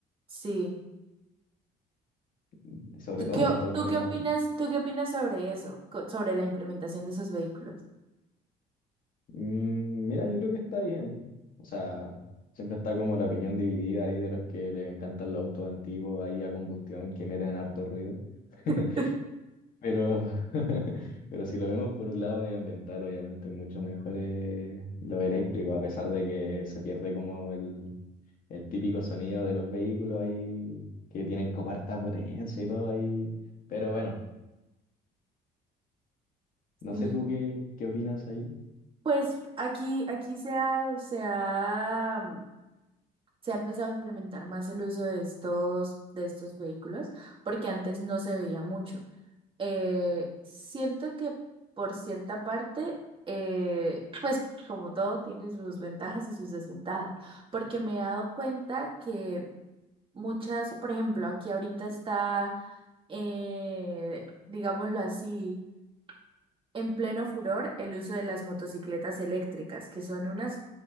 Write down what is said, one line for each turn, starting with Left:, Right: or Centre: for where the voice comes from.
Right: Sí.
Left: y sobre
Right: ¿Tú
Left: todo
Right: qué,
Left: con
Right: o-
Left: todo el
Right: tú
Left: tema.
Right: qué opinas,
Left: de-
Right: tú qué opinas sobre eso, co- sobre la implementación de esos vehículos?
Left: Mm, mira, yo creo que está bien. O sea, siempre está como la opinión dividida ahí de los que les encantan los autos antiguos ahí a combustión que meten harto ruido. <laughs>
Right: <laughs>
Left: Pero, <laughs> pero si lo vemos por un lado medioambiental, obviamente es mucho mejor eh, lo eléctrico, a pesar de que se pierde como el, el típico sonido de los vehículos ahí, que tienen como harta potencia y todo ahí. Pero bueno, no
Right: Sí,
Left: sé tú qué, qué opinas ahí.
Right: pues aquí, aquí se ha, se ha, mm, se ha empezado a implementar más el uso de estos, de estos vehículos, porque antes no se veía mucho. Eh, siento que por cierta parte, eh, pues como todo, tiene sus ventajas y sus desventajas, porque me he dado cuenta que muchas, por ejemplo, aquí ahorita está eh, digámoslo así, en pleno furor el uso de las motocicletas eléctricas, que son unas,